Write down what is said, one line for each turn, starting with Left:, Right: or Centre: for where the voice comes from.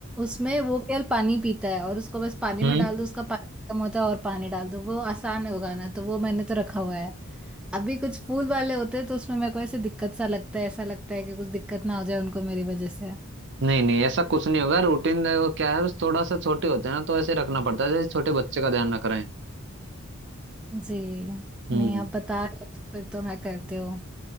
Centre: उसमें वो केवल पानी पीता है और उसको बस पानी
Right: हम्म
Centre: में डाल दो उसका पानी खत्म होता है और पानी डाल दो वो आसान है उगाना तो वो मैंने तो रखा हुआ है अभी कुछ फूल वाले होते हैं तो उसमें मेरे को ऐसे दिक्कत सा लगता है ऐसा लगता है कि कुछ दिक्कत ना हो जाए उनको मेरी वजह से
Right: नहीं नहीं ऐसा कुछ नहीं होगा रूटीन देखो क्या है बस थोड़ा सा छोटे होते हैं ना तो ऐसे रखना पड़ता है जैसे छोटे बच्चे का ध्यान रख रहे हैं
Centre: जी
Right: हम्म
Centre: नहीं आप बता रहे हो तो फिर तो मैं करते हूँ